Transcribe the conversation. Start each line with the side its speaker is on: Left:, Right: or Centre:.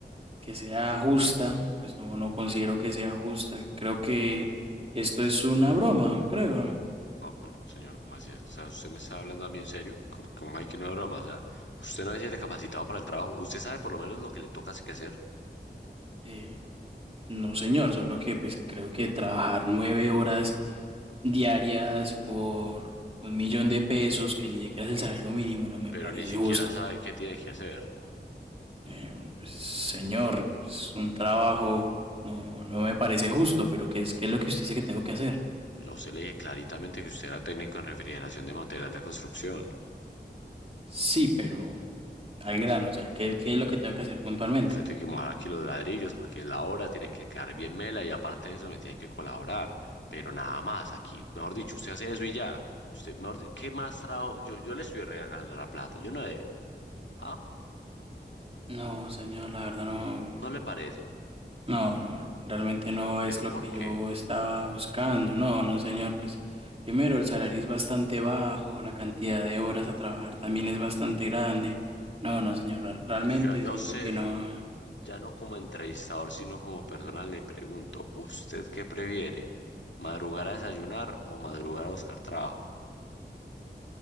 Right: que sea justa. Pues no, no considero que sea justa. Creo que esto es una broma, creo.
Left: No, pero señor, ¿cómo así es? O sea, ¿usted me está hablando a mí en serio? ¿Cómo, cómo hay que no es broma? O sea, usted no se siente capacitado para el trabajo, usted sabe por lo menos lo que le toca que hacer.
Right: Eh, No, señor, solo que pues creo que trabajar nueve horas diarias por un millón de pesos, que ni siquiera es el salario mínimo, no me
Left: pero
Right: parece
Left: ni siquiera
Right: justo.
Left: sabe qué tiene que hacer.
Right: Eh, pues, señor, es un trabajo no, no me parece justo, pero ¿qué es, qué es lo que usted dice que tengo que hacer?
Left: Pues yo a usted le dije claritamente que usted era técnico en refrigeración de material de construcción.
Right: Sí, pero al grano, o sea, ¿qué, qué es lo que tengo que hacer puntualmente?
Left: Usted tiene que mojar aquí los ladrillos porque la obra tiene que quedar bien mela y aparte de eso me tiene que colaborar. Pero nada más, aquí, mejor dicho, usted hace eso y ya. Usted, mejor, di- ¿qué más trabajo? Yo, yo le estoy regalando la plata, yo no le, ¿ah?
Right: No, señor, la verdad no,
Left: ¿No le parece?
Right: No, no, realmente no es
Left: ¿Pero
Right: lo
Left: por
Right: que
Left: qué?
Right: yo estaba buscando. No, no, señor, pues primero el salario es bastante bajo, la cantidad de horas a trabajar también es bastante grande. No, no, señor, ra- realmente
Left: Pues Yo, yo, yo
Right: siento
Left: a usted
Right: que no,
Left: Ya no como entrevistador, sino como persona le pregunto, ¿usted qué prefiere? ¿Madrugar a desayunar o madrugar a buscar trabajo?